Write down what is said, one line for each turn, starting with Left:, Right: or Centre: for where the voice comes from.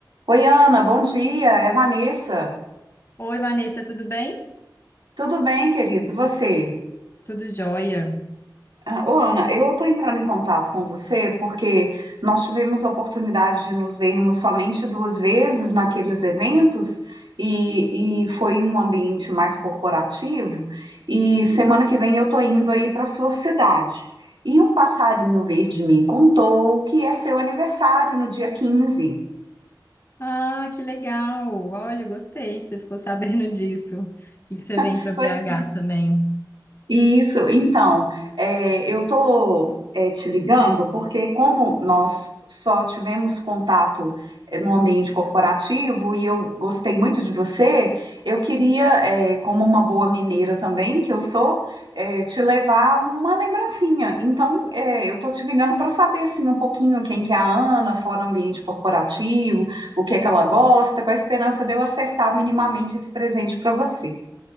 Right: Oi, Ana, bom dia. É Vanessa.
Left: Oi, Vanessa, tudo bem?
Right: Tudo bem, querido? E você?
Left: Tudo jóia.
Right: Ah, Ô, Ana, eu estou entrando em contato com você porque nós tivemos a oportunidade de nos vermos somente duas vezes naqueles eventos e, e foi um ambiente mais corporativo. E semana que vem eu estou indo aí para sua cidade. E um passarinho verde me contou que é seu aniversário no dia 15.
Left: Ah, que legal. Olha, gostei que você ficou <laughs> sabendo disso e que você vem
Right: <laughs>
Left: para BH também.
Right: Isso, então, é, eu estou te ligando porque, como nós só tivemos contato é, no ambiente corporativo e eu gostei muito de você, eu queria, é, como uma boa mineira também, que eu sou, é, te levar uma lembrancinha. Então, é, eu estou te ligando para saber assim, um pouquinho quem que é a Ana, fora ambiente corporativo, o que é que ela gosta, com a esperança de eu acertar minimamente esse presente para você.